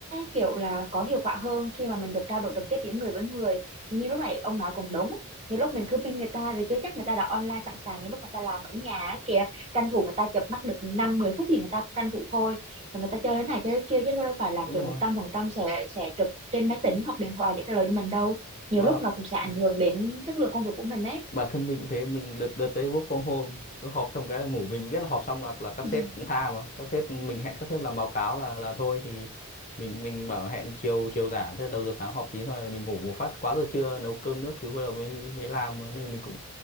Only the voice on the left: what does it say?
đúng
rồi
mà
ừ,
bản thân mình cũng thế mình đợt đợt tới work from home cứ họp xong cái là ngủ vì mình biết là họp xong là là các
sếp cũng tha mà các sếp mình hẹn các sếp làm báo cáo là là thôi thì mình mình bảo hẹn chiều chiều giả thế đầu giờ sáng họp tí thôi mình ngủ một phát quá giờ trưa nấu cơm nước thứ bắt đầu mới mới mới làm mà, nên là mình cũng